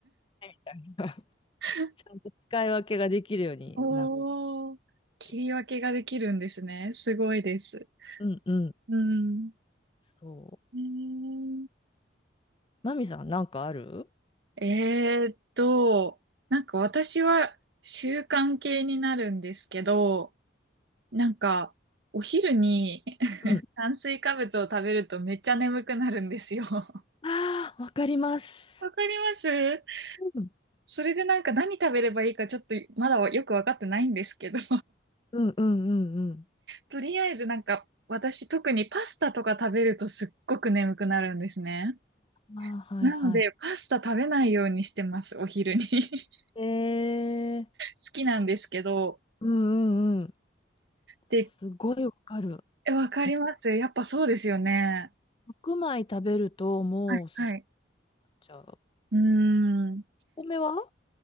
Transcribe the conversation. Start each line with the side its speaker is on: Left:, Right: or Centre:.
Left: みたいな <laughs>
Right: <laughs>
Left: ちゃんと使い分けができるようになっ
Right: おー、切り分けができるんですね。
Left: ている。
Right: すごいです。
Left: うんうん。
Right: うん。
Left: そう。
Right: え
Left: マミさん、なんかある
Right: ー、えーっと、なんか私は習慣系になるんですけど、なんかお昼に <laughs>
Left: うん。
Right: 炭水化物を食べるとめっちゃ眠くなるんですよ。わ
Left: ああー、わかります。
Right: かります
Left: うん
Right: それでなんか何食べればいいかちょっとまだよくわかってないんですけど
Left: うんうんうんうん。
Right: とりあえずなんか、私特にパスタとか食べるとすっごく眠くなるんですね。
Left: ああ、はいは
Right: なので、パスタ食べないようにしてます、お昼に。<laughs>
Left: い。えー、
Right: 好きなんですけど。
Left: うんうんうん。すごいわかる。
Right: で、えわかります。
Left: あと
Right: やっぱそうですよね。
Left: 白米食べると、もうす、
Right: はい、はい。
Left: じゃあ、
Right: うーん。
Left: お米は